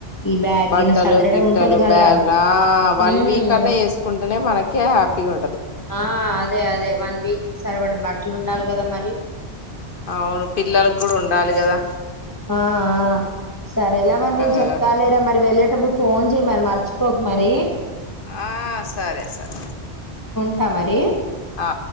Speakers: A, on the left; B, on the left.
A: ఈ బ్యాగ్
B: బట్టలు
A: గిన సదరడం
B: గిట్టలు
A: ఉంటది కదా
B: బ్యాగుల ఆ వన్
A: హ్మ్
B: వీక్ అన్నా వేసుకుంటేనే మనకే హ్యాపీగా ఉంటది
A: ఆ అదే అదే వన్ వీక్ సరపడ బట్టలు ఉండాలి కదా మరి
B: అవును పిల్లలకి కూడా ఉండాలి గదా
A: ఆ ఆ సరేలా
B: ఆ
A: మరి నేను చెప్తా లేరా మరి వెళ్ళట్ ఇప్పుడు ఫోన్ చేయ్ మరి మర్చిపోక మరి
B: ఆ సరే సరే
A: ట మరి
B: అ